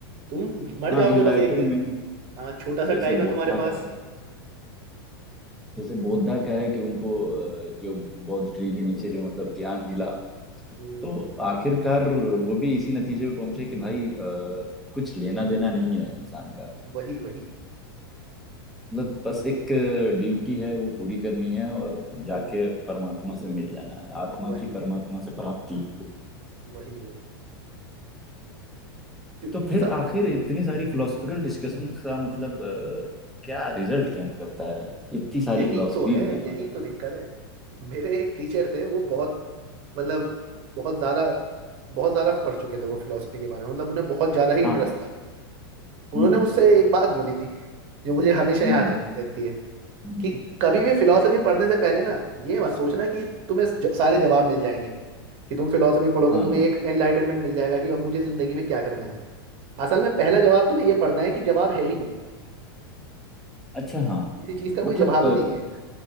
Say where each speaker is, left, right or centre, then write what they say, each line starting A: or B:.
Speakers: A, on the right; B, in the centre.
A: तुम मर
B: हाँ
A: जाओगे
B: इनलाइटनमेंट
A: बस एक दिन हाँ छोटा सा
B: जैसे
A: टाइम है
B: बौद्धा
A: तुम्हारे पास
B: का है जैसे बौद्धा का है कि उनको
A: हम्म,
B: अ, जो बौद्ध ट्री के नीचे जो मतलब ज्ञान मिला
A: हम्म,
B: तो आखिरकार वो भी इसी नतीजे पे पहुंचे कि भाई अ, कुछ लेना देना नहीं है इंसान का
A: वही वही
B: मतलब बस एक ड्यूटी है वो पूरी करनी है और जाके परमात्मा से मिल जाना है आत्मा
A: वही
B: की परमात्मा से प्राप्ति
A: वही वही क्यों-
B: तो फिर
A: सब
B: आखिर इतनी सारी फिलोसफिकल डिस्कशन का मतलब अ, क्या रिजल्ट क्या निकलता है इतनी सारी
A: यही
B: फिलोसफीज
A: तो है
B: हैं हमारे
A: यही तो
B: यहाँ
A: दिक्कत है मेरे एक टीचर थे वो बहुत मतलब बहुत ज्यादा बहुत ज्यादा पढ़ चुके थे वो फिलोसफी के बारे में मतलब उन्हें बहुत ज्यादा ही इंटरेस्ट
B: हाँ हाँ
A: था उन्होंने
B: हम्म हम्म
A: मुझसे एक बात बोली थी जो मुझे हमेशा
B: हम्म,
A: याद है रहती है
B: हम्म,
A: कि कभी भी फिलोसफी पढ़ने से पहले ना ये मत सोचना कि तुम्हें ज- सारे जवाब मिल जाएंगे कि तुम फिलोसफी पढ़ोगे
B: हाँ
A: तुम्हें
B: ये
A: एक एनलाइटनमेंट मिल जाएगा कि अब मुझे जिंदगी में क्या करना है असल में पहला जवाब तुम्हें ये पढ़ना है कि जवाब है ही नहीं
B: अच्छा हाँ
A: किसी चीज का कोई
B: मतलब
A: जवाब ही नहीं है